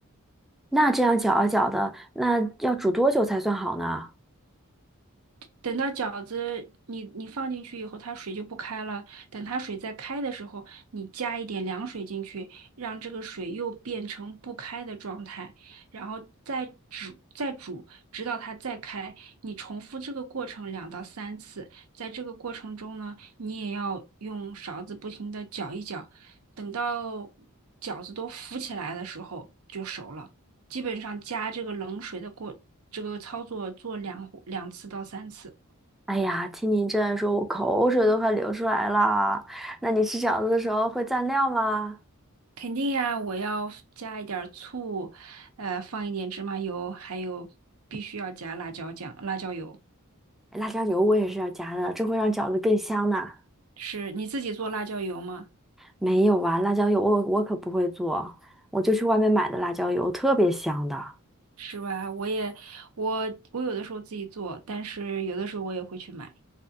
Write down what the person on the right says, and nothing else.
等到饺子你你放进去以后，它水就不开了。等它水再开的时候，你加一点凉水进去，让这个水又变成不开的状态，然后再煮再煮，直到它再开。你重复这个过程两到三次。在这个过程中呢，你也要用勺子不停的搅一搅，等到饺子都浮起来的时候就熟了。基本上加这个冷水的过这个操作做两两次到三次。
肯定呀，我要 f- 加一点儿醋，呃，放一点芝麻油，还有必须要加辣椒酱、辣椒油。
是你自己做辣椒油吗？
是吧？我也，我我有的时候自己做，但是有的时候我也会去买。